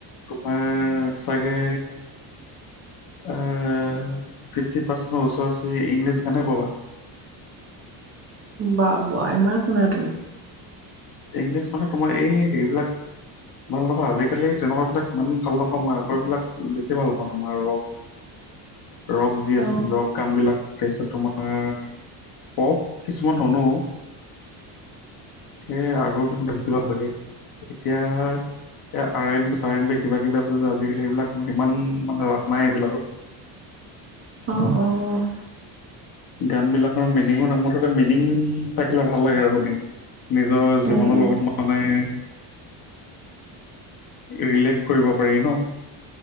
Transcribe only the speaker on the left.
তোমাৰ চাগে ফিফটি পাৰ্চেণ্টৰ ওচৰা ওচৰি ইংলিছ গানে পাবা
ইংলিছ মানে তোমাৰ এই হেৰিবিলাক। ভাল নাপাওঁ আজিকালি তেনেকুৱা বিলাক ইমান ভাল নাপাওঁ মই আগৰ বিলাক বেছি ভাল পাওঁ তোমাৰ ৰক
ৰক যি আছিল
ৰক গান বিলাক তাছত তোমাৰ পপ কিছুমান শুনো। উম আগৰ গানবিলাক বেছি ভাল লাগে এতিয়া এ আৰ এন চাৰ এন বি কিবা কিবি আছে যে আজিকালি সেইবিলাকৰ ইমান মানে ৰাপ নাই সেইবিলাকত।
গান বিলাকৰ মিনিঙে নথকা মিনিং থাকিলে ভাল লাগে আৰু শুনি। নিজৰ
জীৱনৰ লগত মানে। ৰিলেট কৰিব পাৰি ন।